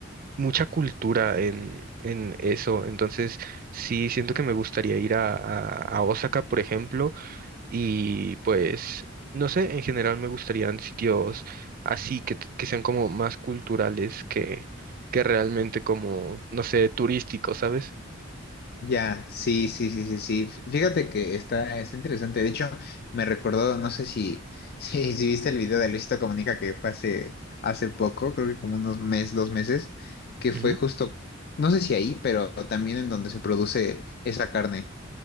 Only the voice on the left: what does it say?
Ya, sí, sí, sí, sí, sí. Fíjate que está, está interesante. De hecho, me recordó, no sé si, <laughs> si, si viste el video de Luisito Comunica que fue hace, hace poco, creo que como unos meses, dos meses, que
fue justo, no sé si ahí, pero también en donde se produce esa carne.